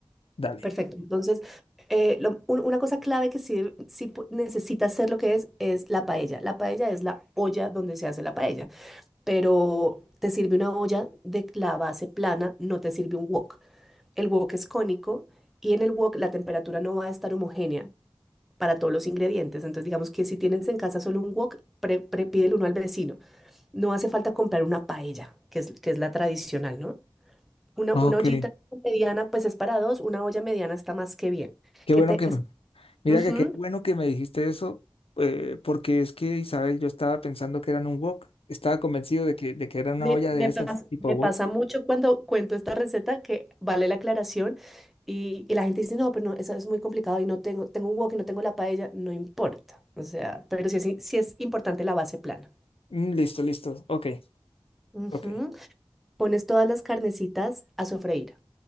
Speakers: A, on the left; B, in the centre.
A: Dale.
B: Perfecto. Entonces, eh, lo- un- una cosa clave que sí, sí pu- necesita hacer lo que es, es la paella. La paella es la olla donde se hace la paella, pero te sirve una olla de la base plana, no te sirve un wok. El wok es cónico y en el wok la temperatura no va a estar homogénea para todos los ingredientes. Entonces, digamos que si tienes en casa solo un wok, pre, pre- pídele uno al vecino. No hace falta comprar una paella, que es, que es la tradicional, ¿no? Una,
A: Ok.
B: una ollita mediana, pues es para dos, una olla mediana está más que bien.
A: Qué
B: Que
A: bueno
B: te,
A: que...
B: que es-
A: Mira
B: Ujú.
A: que qué bueno que me dijiste eso, eh, porque es que, Isabel, yo estaba pensando que eran un wok. Estaba convencido de que, de que era una
B: Me,
A: olla
B: me
A: de esas,
B: pas-
A: tipo
B: me
A: wok.
B: pasa mucho cuando cuento esta receta que vale la aclaración y, y la gente dice, no, pero no, eso es muy complicado y no tengo, tengo un wok y no tengo la paella, no importa. O sea, pero sí es, sí es importante la base plana.
A: Mm, listo, listo. Ok,
B: Ujú.
A: ok.
B: Pones todas las carnecitas a sofreír.